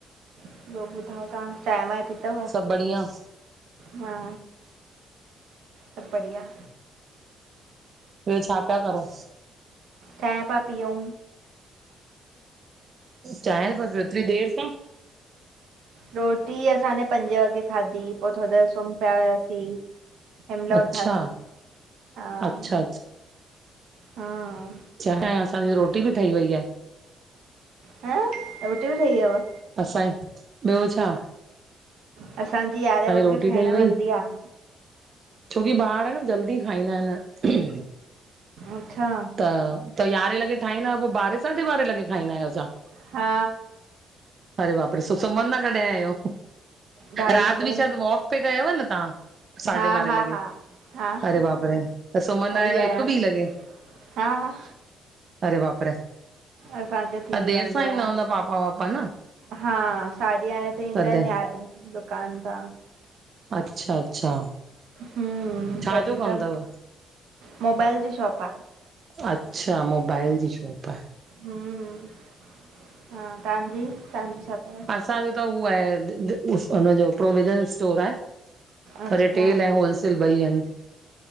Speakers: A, on the right; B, on the right.
A: ॿियो ॿुधायो, तव्हां चांहि वांहि, पी तव
B: सभु बढ़िया
A: हा, सभु बढ़िया
B: ॿियो, छा पिया करो?
A: चांहिं पया पी ऊ
B: चांय, कुज़ एतरी, देर सां
A: रोटी, ही साड़े पंजे वॻे खाधी, पोइ थोडी देर सुम्ही, पिया हुयासीं हमल उथान
B: अच्छा
A: थी थक, हा,
B: अच्छा
A: हा
B: चांये, असांजी रोटी, बि ठही वई आहे।
A: हा! रोटी बि, ठही वयव।
B: असाई ॿियो छा
A: असांजी यारहें वॻे
B: रोटी
A: ठहिण
B: ठही वई
A: वेंदी आहे।
B: छोकी ॿार न जल्दी खाईंदा आहिनि।
A: अच्छा
B: त त यारहें लॻे ठाहंदा आहियो पोइ ॿारहें साढे ॿारहें लॻे खाईंदा आहियो छां?
A: हा
B: अरे बाप रे पो सुमनदा कॾहे आहियो?
A: ढाई
B: राति
A: टे
B: बि शायदि वॉक पे कयव न तव्हां। साढे
A: हा
B: बारें
A: हा
B: लॻे
A: हा हा
B: अरे बाप रे त सुमनदा
A: उहो ई
B: आहियो
A: आहियां
B: हिकु बिीह लॻे।
A: हा हा
B: हरे बाप रे
A: असांजो थी
B: त देरि
A: वेन्दो
B: सां ईंदा
A: आ
B: हूंदा पापा वापा न
A: हा साड्डी यारें तई ईंदा
B: तॾहिं
A: आहिन यां दुकान ता
B: अच्छा अच्छा।
A: हम
B: छाजो
A: तॾहिं
B: कमु
A: त
B: अथव
A: मोबाइल जी शॉप आ।
B: अच्छा मोबाइल जी शॉप आ।
A: हम हा तव्हांजी तव्हांजी छा तव?
B: असांजो त उह आहे उनजो प्रोविजन स्टोर आहे।
A: अच्छा
B: रिटेल ऐं होलसेल ॿई आहिनि।